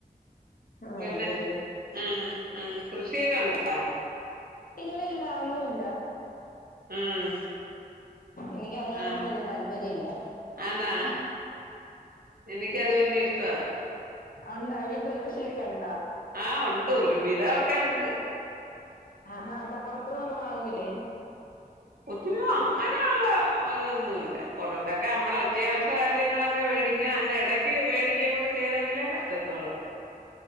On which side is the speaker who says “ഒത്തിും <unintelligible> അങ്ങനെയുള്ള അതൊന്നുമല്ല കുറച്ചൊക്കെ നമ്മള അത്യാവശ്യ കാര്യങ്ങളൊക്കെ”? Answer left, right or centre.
Right